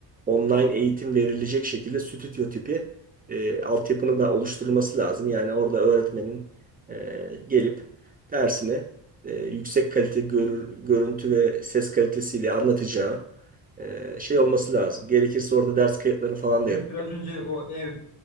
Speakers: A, on the right (about 20°); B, on the left (about 60°).
A: online eğitim verilecek şekilde stüdyo tipi e, altyapının da oluşturulması lazım. Yani orada öğretmenin e, gelip dersini e, yüksek kalite görür- görüntü ve ses kalitesiyle anlatacağı ee, şey olması lazım. Gerekirse orada ders kayıtlarını falan da
B: Evet,
A: yap.
B: biraz önce o ev